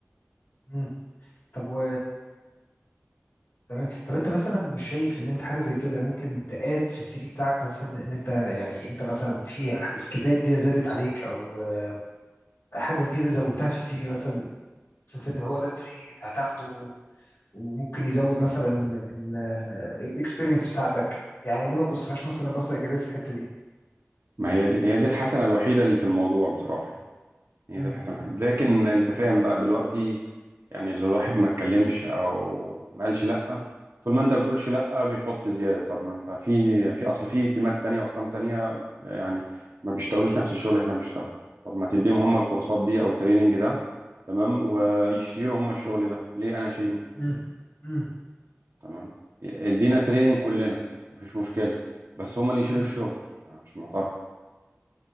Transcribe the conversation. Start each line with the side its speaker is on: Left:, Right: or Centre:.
Left: مم. طب و تمام طب انت مثلا مش شايف ان انت حاجه زي كده ممكن تقاد في السي في بتاعك مثلا ان انت يعني انت مثلا في سكيلات جديده زادت عليك او آه، حاجه جديده زودتها في السي في مثلا حاسس ان هو ده التريننج انت هتاخده وممكن يزود مثلا من الاكسبيرينس بتاعتك يعني ليه ما تبصفهاش مثلا بصه ايجابيه في الحته دي
Right: ما هي دي هي دي الحسنة الوحيدة اللي في الموضوع بصراحة يعني هي
Left: مم،
Right: دي الحسنة
Left: مم،
Right: الوحيدة لكن انت فاهم بقى دلوقتي يعني اللي الواحد ما اتكلمش او ما قالش لا طول ما انت بتقولش لا بيحط زياده طب ما انت في في اصل في تيمات تانية اقسام تانية يعني ما بيشتغلوش نفس الشغل اللي احنا بنشتغله طب ما تديهم هم الكورسات دي او التريننج ده تمام ويشيلوا هم الشغل ده ليه انا اشيله
Left: مم، مم،
Right: تمام ادينا تريننج كلنا مفيش مشكله بس هم اللي يشيلوا
Left: مم.
Right: الشغل أنا مش معترض